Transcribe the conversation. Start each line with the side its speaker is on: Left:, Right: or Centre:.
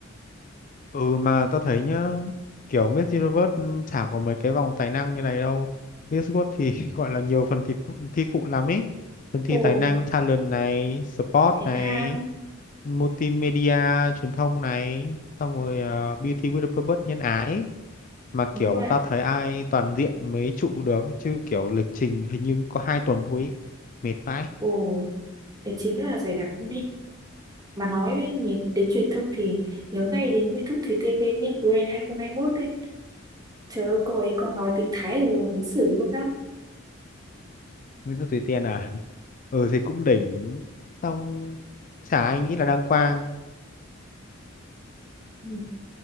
Left: Ừ mà tao thấy nhá kiểu Miss Universe ừ, chả có mấy cái vòng tài năng như này đâu Miss World thì <laughs> gọi là nhiều phần thi phụ, thi phụ lắm ý phần thi
Right: Ồ,
Left: tài năng talent này sport
Right: thể
Left: này
Right: thao,
Left: multimedia truyền thông này xong rồi ờ, Beauty with a Purpose nhân ái ý. mà kiểu
Right: đúng vậy.
Left: tao thấy ai toàn diện mới trụ được chứ kiểu lịch trình hình như cũng có hai tuần thôi ý. mệt vãi
Right: Ồ, tài chính rất là dày đặc luôn ý. Mà nói đến, nhìn- đến truyền thông thì nhớ ngay đến Nguyễn Thúc Thủy Tiên bên Miss Grand hai không hai mốt đấy. Trời ơi, cô ấy còn nói tiếng Thái ở ứng xử luôn đó.
Left: Nguyễn Thị Thùy Tiên à ừ thì cũng đỉnh xong chả ai nghĩ là đăng quang
Right: Ừ,